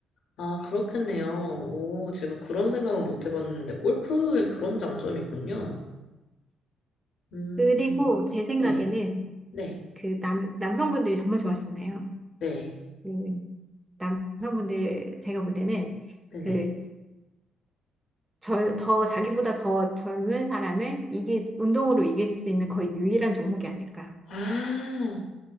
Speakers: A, on the left; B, on the right.
A: 아, 그렇겠네요. 오, 제가 그런 생각은 못 해봤는데, 골프에 그런 장점이 있군요. 음,
B: 그리고 제 생각에는
A: 네, 네,
B: 그 남, 남성분들이 정말 좋아하시잖아요.
A: 네,
B: 그 남성분들 제가 볼 때는
A: 네네.
B: 그 절, 더 자기보다 더 젊은 사람을 이게 운동으로 이길 수 있는 거의 유일한 종목이 아닐까
A: 아,